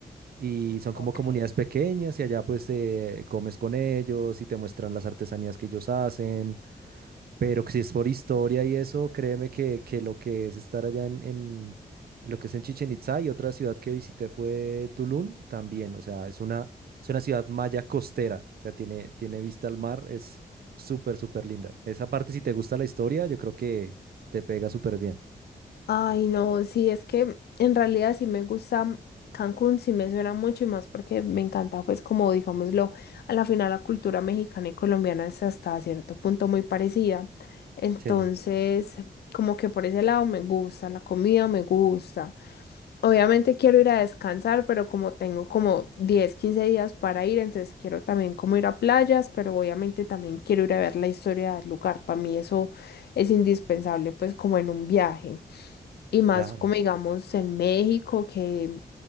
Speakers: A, on the right; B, on the left.
A: y son
B: Ok.
A: como comunidades pequeñas y allá pues eh, comes con ellos y te muestran las artesanías que ellos hacen, pero que si es por historia y eso, créeme que, que lo que es estar allá en, en lo que es en Chichén Itzá y otra ciudad que visité fue Tulum también, o sea, es una, es una ciudad maya costera, o sea, tiene, tiene vista al mar, es súper, súper linda. Esa parte, si te gusta la historia, yo creo que te pega súper bien.
B: Ay, no, sí, es que en realidad sí me gusta Cancún, sí me suena mucho y más porque me encanta, pues como digámoslo, a la final la cultura mexicana y colombiana es hasta cierto punto muy parecida. Entonces,
A: Sí,
B: como que por ese lado me gusta, la comida me gusta. Obviamente quiero ir a descansar, pero como tengo como 10 15 días para ir, entonces quiero también como ir a playas, pero obviamente también quiero ir a ver la historia del lugar. Para mí eso es indispensable, pues como en un viaje. Y más
A: claro.
B: como digamos en México, que